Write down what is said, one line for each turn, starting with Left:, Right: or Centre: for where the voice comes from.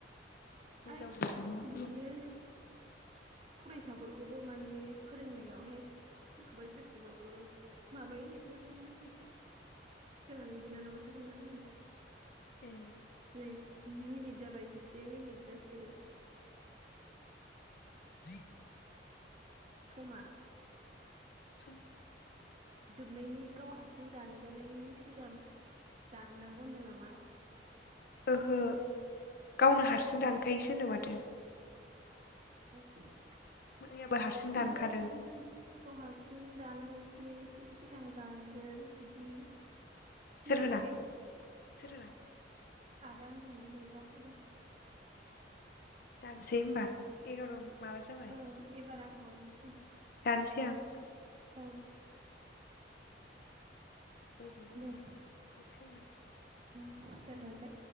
Right: आरो
Left: <unintelligible>
Right: बिदिनो फरायसाफोरखौबो माने फोरोंनायावहाय सोरखौबा सोरखौबाबो माबायोहोननाय खोनादोंमोन आं एसे। जोंहानि बिनानावसो खोन्थादोंमोन।
Left: ए।
Right: <unintelligible> जि मिनिट जाबाय जिसे मिनिट जासिगोन।
Left: <unintelligible>
Right: समा
Left: सुखौ
Right: जोबनायनि गाव हास। हारथिं दानजानायनि सिगां दाननांगौ होनदों। नामा
Left: ओहो गावनो हारसिं दानखायोसो नो माथो।
Right: <unintelligible>
Left: मैयाबो हारसिं दानखादों
Right: माबायाव खोन्थादों गाव हारसिं। दानालासिनो एसे सिगां दानगोन बिदि।
Left: सोर
Right: होनायखाय।
Left: होना सोर
Right: आदा द मोनाने इदाखदे।
Left: दानसै होमबा एगार'। माबा जाबाय।
Right: ओ एबार आं हरनोसै।
Left: दानसै आं।
Right: औ।
Left: <unintelligible>
Right: दे दोनथनोसै